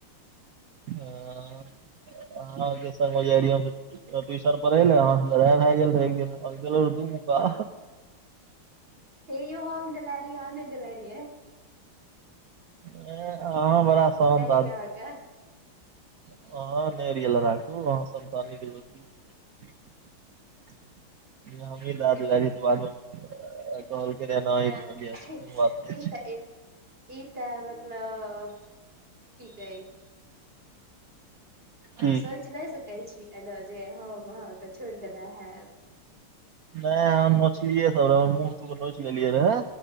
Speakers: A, on the right; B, on the right.
A: <inaudible> ह आ सङ मज ट्यूशन पढ़े ने लड़ाइ भए गेल रहै एक दिन एक दूका
B: ह यौ हम हम देल री अहाँ नहि देले रहिए
A: ऐ आहा बड़ा शान्त
B: फैरी आहा के
A: हँ नेरिहिए लराकू अह संन्ताान निकलहु हमी दाददारी त बादमे कॉल करय न
B: नहि
A: तऽ कहलिय अ कोनो बात नहि
B: ई तऽ ई तऽ मतलब ठ ह ज
A: की
B: सोचि नहि सकैत छी, एना जे हम अहाँकेँ छोड़ि देनेहाब
A: नहि हम नोचलियै सभ रह मुँह तोगो नोच लेलियै रहे